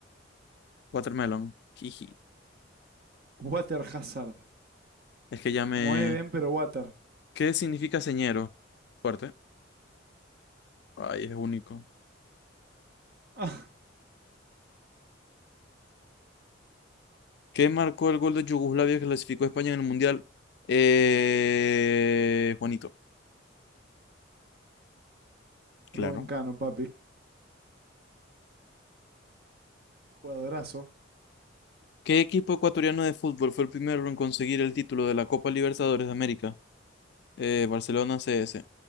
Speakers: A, on the left; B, on the right.
A: Watermelon. Jiji.
B: Water Hazard.
A: Es que ya me...
B: Como Eden, pero Water.
A: ¿Qué significa señero? Fuerte. Ay, es único.
B: Ah,
A: ¿Qué marcó el gol de Yugoslavia que clasificó a España en el Mundial? Eh, Juanito, claro.
B: Rubén Cano, papi. Jugadorazo.
A: ¿Qué equipo ecuatoriano de fútbol fue el primero en conseguir el título de la Copa Libertadores de América? Eh, Barcelona CS.